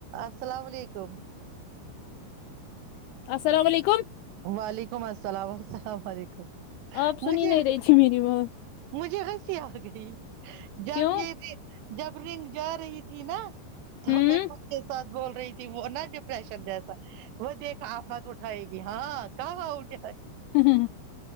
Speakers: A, on the right; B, on the left.
A: السلام علیکم
B: السلام علیکم
A: وعلیکم السلام السلام علیکم
B: آپ سنی
A: مجھے
B: نہیں رہی تھی میری بات
A: مجھے ہنسی آ گئی جب
B: کیوں
A: یہ جب رنگ جا رہی تھی نا تو
B: ہوں
A: میں خود کے ساتھ بول رہی تھی وہ نہ ڈ شن جیسا وہ دیکھ آپ بات اٹھائے گی ہاں کہ اٹ
B: ہ